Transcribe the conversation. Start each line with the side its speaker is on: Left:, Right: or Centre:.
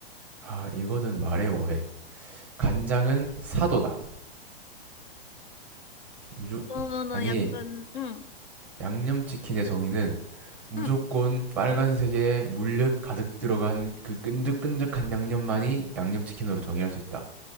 Centre: 아, 이거는 말해 뭐해. 간장은 사도다. 무조,
Left: 그러면은
Centre: 아니,
Left: 약간 응.
Centre: 양념 치킨의 정의는 무조건
Left: 응.
Centre: 빨간색에 물엿 가득 들어간 그 끈적끈적한 양념만이 양념 치킨으로 정의할 수 있다.